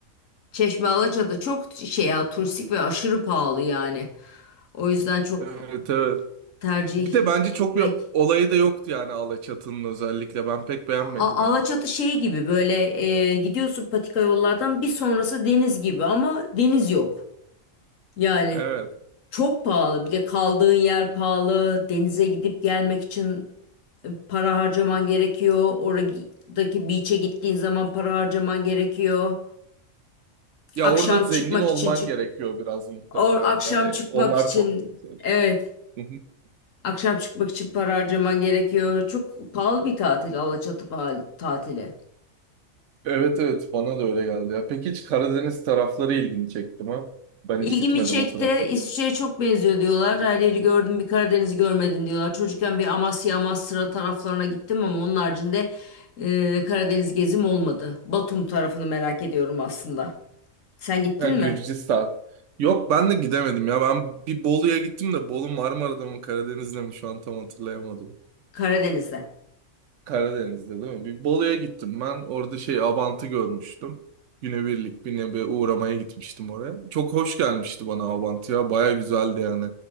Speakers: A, on the left; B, on the right.
A: Çeşme, Alaçatı çok şey ya turistik ve aşırı pahalı yani. O yüzden çok
B: Evet evet.
A: tercih
B: Bir de bence
A: etmek
B: çok bir olayı da yoktu yani Alaçatı'nın özellikle. Ben pek beğenmedim
A: A-
B: onu.
A: Alaçatı şey gibi böyle e, gidiyorsun patika yollardan bir sonrası deniz gibi ama deniz yok. Yani
B: Evet.
A: çok pahalı bir de kaldığın yer pahalı denize gidip gelmek için para harcaman gerekiyor. Oradaki beach'e gittiğin zaman para harcaman gerekiyor.
B: Ya
A: Akşam
B: orada zengin
A: çıkmak
B: olman
A: için çık
B: gerekiyor biraz muhtemelen.
A: or akşam
B: Hani
A: çıkmak
B: onlar
A: için
B: çok güzel.
A: evet
B: <laughs>
A: akşam çıkmak için para harcaman gerekiyor. Çok pahalı bir tatil Alaçatı pa- tatili.
B: Evet evet bana da öyle geldi ya. Peki hiç Karadeniz tarafları ilgini çekti mi? Ben
A: İlgimi
B: hiç gitmedim
A: çekti.
B: o tarafa.
A: İsviçre'ye çok benziyor diyorlar. Her yeri gördüm, bir Karadeniz'i görmedin diyorlar. Çocukken bir Amasya, Amasra taraflarına gittim ama onun haricinde e, Karadeniz gezim olmadı. Batum tarafını merak ediyorum aslında. Sen gittin
B: Ha Gürcistan.
A: mi?
B: Yok ben de gidemedim ya. Ben bir Bolu'ya gittim de Bolu Marmara'da mı Karadeniz'de mi şu an tam hatırlayamadım.
A: Karadeniz'de.
B: Karadeniz'de değil mi? Bir Bolu'ya gittim ben. Orada şey Abant'ı görmüştüm. Günübirlik bir nebe uğramaya gitmiştim oraya. Çok hoş gelmişti bana Abant ya. Baya güzeldi yani.